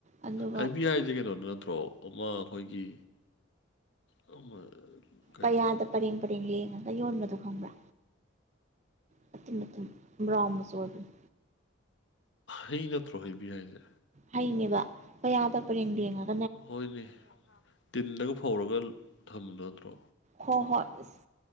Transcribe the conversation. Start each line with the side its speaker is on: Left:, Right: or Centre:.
Right: ꯑꯗꯨꯒ
Left: ꯍꯩꯕꯤ ꯍꯥꯏꯖꯦ ꯀꯩꯅꯣꯗꯣ ꯅꯠꯇ꯭ꯔꯣ? ꯑꯃ ꯑꯩꯈꯣꯏꯒꯤ <unintelligible>
Right: ꯄꯩꯌꯥꯗ ꯄꯔꯦꯡ ꯄꯔꯦꯡ ꯂꯦꯡꯉꯒ ꯌꯣꯟꯕꯗꯣ ꯈꯪꯕ꯭ꯔꯥ? ꯃꯇꯨꯝ-ꯃꯇꯨꯝ ꯕ꯭ꯔꯥꯎꯟ ꯃꯆꯨꯑꯣꯏꯕꯅꯤ꯫
Left: ꯍꯩ ꯅꯠꯇ꯭ꯔꯣ ꯍꯩꯕꯤ ꯍꯥꯏꯁꯦ?
Right: ꯍꯩꯅꯦꯕ ꯄꯌꯥꯗ ꯄꯔꯦꯡ ꯌꯦꯡꯉꯒ
Left: ꯍꯣꯏꯅꯦ ꯇꯤꯟꯗꯒ ꯐꯧꯔꯒ ꯊꯝꯕꯗꯣ ꯅꯠꯇ꯭ꯔꯣ?
Right: ꯍꯣꯍꯣꯏ ꯑꯁ꯫